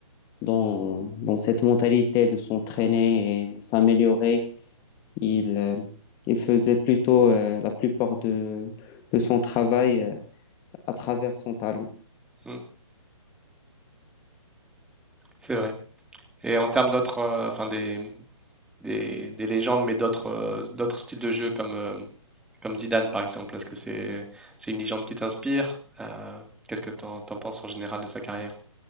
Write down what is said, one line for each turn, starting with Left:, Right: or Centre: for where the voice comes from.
Left: dans, dans cette mentalité de s'entraîner et de s'améliorer. Il, euh, il faisait plutôt euh, la plupart de, de son travail euh, à travers son talent.
Centre: Hmm, c'est vrai. Et en termes d'autres, euh, enfin des, des, des légendes, mais d'autres euh, d'autres styles de jeu comme, euh, comme Zidane par exemple? Est-ce que c'est c'est une légende qui t'inspire? Euh, qu'est-ce que t'en, t'en penses en général de sa carrière?